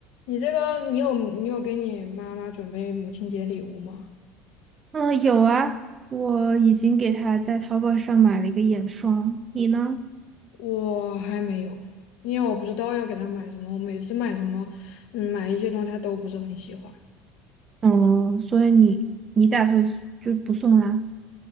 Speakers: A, on the left (about 70°); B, on the right (about 20°).
A: 你这个，你有你有给你妈妈准备母亲节礼物吗？
B: 嗯，有啊，我已经给他在淘宝上买了一个眼霜，你呢？
A: 我还没有，因为我不知道要给她买什么。我每次买什么，嗯，买一些东西她都不是很喜欢。
B: 嗯，所以你你打算就不送啦？